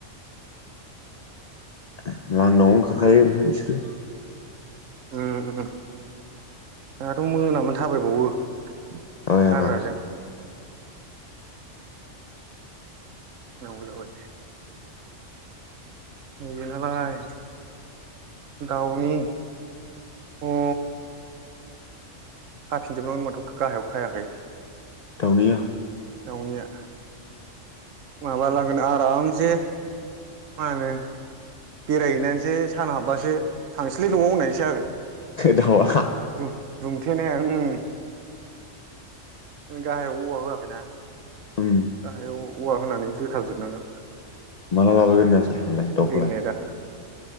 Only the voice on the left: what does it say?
लांदां लांदांङावनो ओंखारखायो ओमफ्राय बिसोरो
आबाय आबा
दावदैया
दाउआ
ओम
माला लाबोगोननो आसोलफोरखौलाय दाउखौलाय